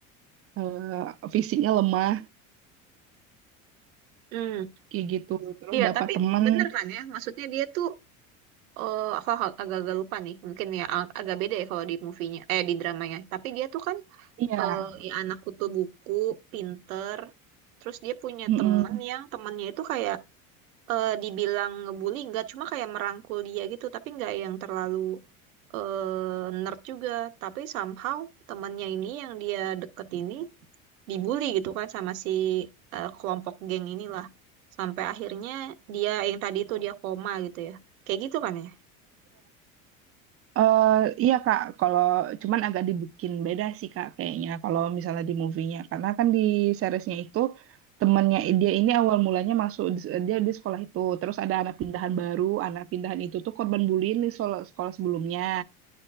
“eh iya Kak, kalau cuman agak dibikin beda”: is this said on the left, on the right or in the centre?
Right